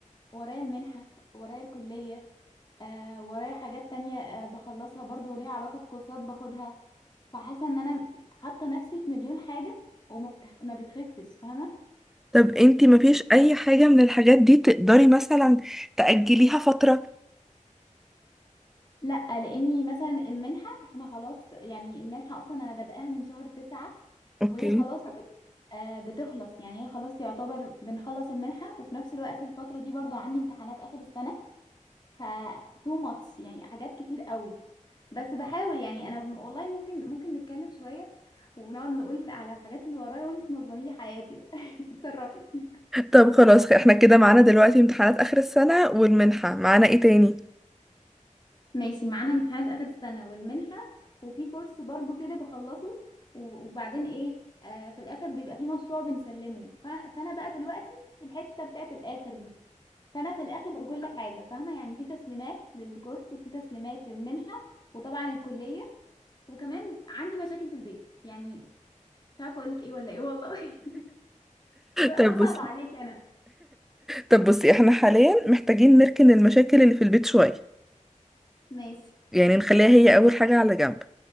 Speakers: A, on the left; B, in the centre.
A: ورايا المنحة ورايا الكلية آه ورايا حاجات تانية آه بخلصها برضه وليها علاقة بكورسات باخدها فحاسة إن أنا حاطة نفسي في مليون حاجة وما بتخ... ما بتخفش فاهمة
B: طب انتي مفيش اي حاجة من الحاجات دي تقدري مثلا تأجليها فترة؟
A: لأ لأني مثلا المنحة احنا خلاص يعني المنحة أصلا أنا بادئاها من شهر تسعة
B: اوكي
A: وهي خلاص ب- آه بتخلص يعني هي خلاص يعتبر بنخلص المنحة وفي نفس الوقت الفترة دي برضو عندي امتحانات آخر السنة ف تو ماتش يعني حاجات كتير قوي بس بحاول يعني انا م- والله ممكن ممكن نتكلم شوية ونقعد نقول على الحاجات اللي ورايا وانت تنظمي لي حياتي بقى <laughs> اتصرفي
B: طب خلاص احنا كده معانا دلوقتي امتحانات آخر السنة والمنحة معانا ايه تاني؟
A: ماشي معانا امتحانات آخر السنة والمنحة وفي كورس برضو كده بخلصه و- وبعدين ايه آه في الاخر بيبقى في مشروع بنسلمه ف... فانا بقى دلوقتي في الحتة بتاعت الاخر دي فانا في الاخر في كل حاجه فاهمه يعني في تسليمات للكورس وفي تسليمات للمنحه وطبعا الكليه وكمان عندي مشاكل في البيت يعني مش عارفه اقول لك ايه ولا ايه والله <laughs> هصعب
B: طب بصي
A: عليك انا
B: طب بصي احنا حاليا محتاجين نركن المشاكل اللي في البيت شوية
A: ماشي
B: يعني نخليها هي أول حاجة على جنب